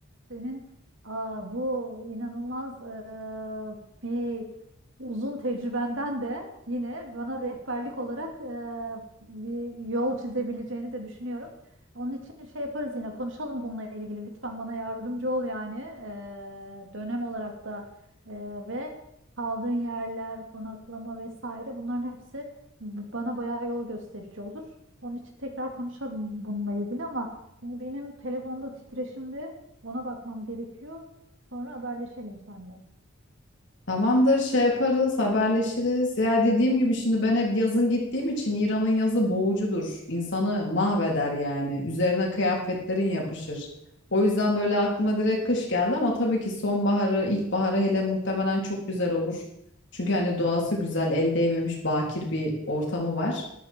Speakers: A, on the right; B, on the left.
A: Senin aa, bu inanılmaz eee, bir uzun tecrübenden de yine bana rehberlik olarak eee, bir yol çizebileceğini de düşünüyorum. Onun için şey yaparız yine konuşalım bununla ilgili. Lütfen bana yardımcı ol yani Eee, dönem olarak da eee, ve kaldığın yerler, konaklama vesaire bunların hepsi b- bana bayağı yol gösterici olur. Onun için tekrar konuşalım bununla ilgili ama şimdi benim telefonda titreşimde ona bakmam gerekiyor. Sonra haberleşelim seninle.
B: Tamamdır, şey yaparız, haberleşiriz. Ya dediğim gibi şimdi ben hep yazın gittiğim için İran'ın yazı boğucudur. İnsanı mahveder yani. Üzerine kıyafetlerin yapışır. O yüzden böyle aklıma direkt kış geldi ama tabii ki sonbaharı, ilkbaharı hele muhtemelen çok güzel olur. Çünkü hani
A: Hı hı.
B: doğası güzel, el değmemiş bakir bir ortamı var.